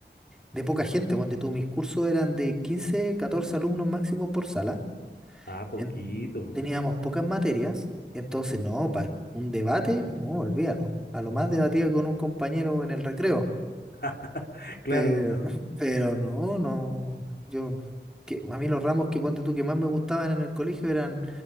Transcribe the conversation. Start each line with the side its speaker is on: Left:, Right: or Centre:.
Centre: de poca gente, ponte tú. Mis cursos eran de 15, 14 alumnos máximo por sala.
Left: Ah, poquito.
Centre: en- Teníamos pocas materias, entonces no, para un debate, no, olvídalo. A lo más debatía
Left: Mm.
Centre: con un compañero en el recreo.
Left: <laughs> Claro.
Centre: Pero, <laughs> pero no, no. Yo, que, a mí los ramos que ponte tú que más me gustaban en el colegio eran